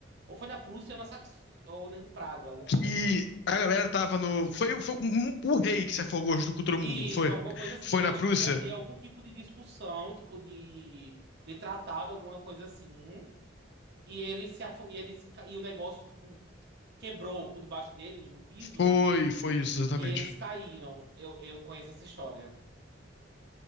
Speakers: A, on the right; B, on the left.
A: Ou foi na Prússia ou, na Sax... ou na- em Praga, alguma
B: Que
A: coisa assim.
B: a galera tava no. Foi, foi um- o rei que se afogou junto com todo mundo,
A: Isso,
B: não foi?
A: alguma coisa assim.
B: Foi
A: E
B: na
A: Eles
B: Prússia?
A: iam ter algum tipo de discussão, tipo de, de tratado, alguma coisa assim. E eles se afo... e eles ca- e o negócio tipo quebrou por debaixo deles o piso
B: Foi, foi isso, exatamente.
A: e eles caíram. Eu, eu conheço essa história.